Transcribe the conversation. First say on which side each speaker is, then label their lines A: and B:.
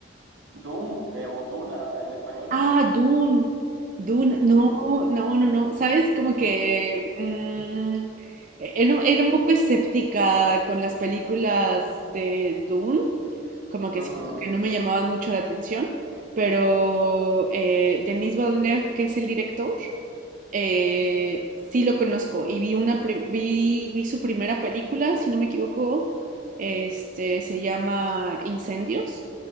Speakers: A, on the right; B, on the right.
A: Doom eh, o Duna en español.
B: Ah, Dune. Dune.
A: Sí,
B: No,
A: sí.
B: no, no, no. ¿Sabes? Como que mm, e-, era, era un poco escéptica con las películas de Dune como que
A: Ujú.
B: siento que no me llamaban mucho la atención, pero eh, Denis Villeneuve, que es el director, eh, sí lo conozco y vi, una, pri- vi, vi su primera película, si no me equivoco, este, se llama Incendios